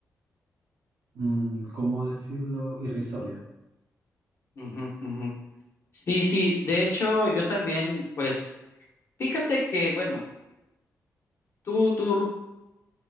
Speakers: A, on the right; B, on the left.
A: mm, ¿cómo decirlo?, irrisorio.
B: ujú, ujú. Sí, sí, de hecho, yo también, pues, fíjate que, bueno, Tú, tú